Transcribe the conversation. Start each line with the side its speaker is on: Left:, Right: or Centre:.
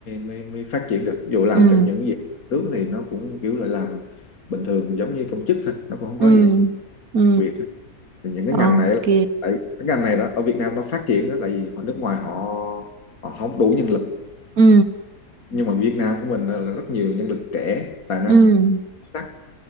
Left: mới, mới phát triển được Ví dụ làm
Right: ừ
Left: trong những gì nước thì nó cũng kiểu là làm bình thường giống như công chức thôi nó cũng không
Right: ừ
Left: có gì
Right: ừ
Left: Việt á. thì những cái
Right: ok
Left: ngành này là tại cái ngành này đó ở Việt Nam nó phát triển đó tại vì ở nước ngoài họ họ không đủ nhân lực
Right: ừ
Left: nhưng mà Việt Nam của mình là rất nhiều nhân lực trẻ tài năng
Right: ừ
Left: sắc